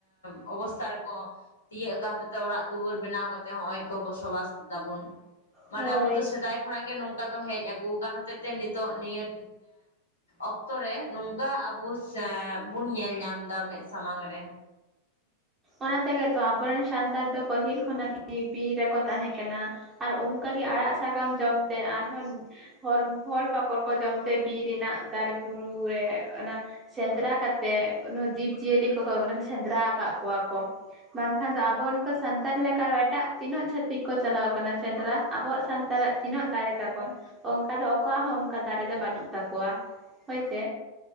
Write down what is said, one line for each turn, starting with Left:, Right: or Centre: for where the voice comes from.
Left: ᱚᱵᱚᱥᱛᱷᱟ ᱨᱮᱠᱚ ᱛᱤᱭᱟᱹᱜ ᱠᱟᱜ ᱦᱚᱛᱮ ᱛᱮ ᱚᱲᱟᱜ ᱫᱩᱣᱟᱹᱨ ᱵᱮᱱᱟᱣ ᱠᱟᱛᱮ ᱦᱚᱸᱜᱼᱚᱭ ᱠᱚ ᱵᱚᱥᱚᱵᱟᱥ ᱫᱟᱵᱚᱱ ᱾ ᱢᱟᱱᱮ
Right: ᱦᱳᱭ
Left: ᱟᱵᱚ ᱫᱚ ᱥᱮᱫᱟᱭ ᱠᱷᱚᱱᱟᱜ ᱜᱮ ᱱᱚᱝᱠᱟ ᱫᱚ ᱦᱮᱡ ᱟᱹᱜᱩ ᱟᱠᱟᱱ ᱦᱚᱛᱮᱡ ᱛᱮ ᱱᱤᱛᱚᱜ ᱱᱤᱭᱟᱹ ᱚᱠᱛᱚ ᱨᱮ ᱱᱚᱝᱠᱟ ᱟᱵᱚ ᱥᱮ ᱵᱩᱱ ᱧᱮᱞ ᱧᱟᱢ ᱮᱫᱟ ᱢᱮᱫ ᱥᱟᱢᱟᱝ ᱨᱮ ᱾
Right: ᱚᱱᱟ ᱛᱮᱜᱮ ᱛᱚ ᱟᱵᱚᱨᱮᱱ ᱥᱟᱱᱛᱟᱲ ᱫᱚ ᱯᱟᱹᱦᱤᱞ ᱠᱷᱚᱱᱟᱜ ᱜᱮ ᱵᱤᱨ ᱨᱮᱠᱚ ᱛᱟᱦᱮᱸ ᱠᱟᱱᱟ ᱾ ᱟᱨ ᱚᱱᱠᱟ ᱜᱮ ᱟᱲᱟᱜ ᱥᱟᱠᱟᱢ ᱡᱚᱢ ᱛᱮ ᱟᱨᱦᱚᱸ ᱯᱷᱚᱞ ᱯᱟᱠᱚᱲ ᱠᱚ ᱡᱚᱢ ᱛᱮ ᱵᱤᱨ ᱨᱮᱱᱟᱜ ᱫᱟᱨᱮ ᱵᱩᱨᱩᱨᱮ ᱚᱱᱟ ᱥᱮᱸᱫᱽᱨᱟ ᱠᱟᱛᱮᱜ ᱡᱤᱵᱽᱼᱡᱤᱭᱟᱹᱞᱤ ᱠᱚᱮ ᱥᱮᱸᱫᱽᱨᱟ ᱟᱠᱟᱜ ᱠᱚᱣᱟ ᱠᱚ ᱾ ᱵᱟᱝᱠᱷᱟᱱ ᱫᱚ ᱟᱵᱚ ᱱᱚᱝᱠᱟ ᱥᱟᱱᱛᱟᱲ ᱞᱮᱠᱟ ᱮᱴᱟᱜ ᱛᱤᱱᱟᱹᱜ ᱪᱷᱟᱛᱤᱠ ᱠᱚ ᱪᱟᱞᱟᱣ ᱟᱠᱟᱱᱟ ᱥᱮᱸᱫᱽᱨᱟ ᱟᱵᱚᱣᱟᱜ ᱥᱟᱱᱛᱟᱲᱟᱜ ᱾ ᱛᱤᱱᱟᱹᱜ ᱫᱟᱨᱮ ᱛᱟᱵᱚᱱ ᱚᱱᱠᱟ ᱫᱚ ᱚᱠᱚᱣᱟᱜ ᱦᱚᱸ ᱚᱱᱠᱟ ᱫᱟᱨᱮ ᱫᱚ ᱵᱟᱹᱱᱩᱜ ᱛᱟᱠᱚᱣᱟ ᱾ ᱦᱳᱭ ᱥᱮ,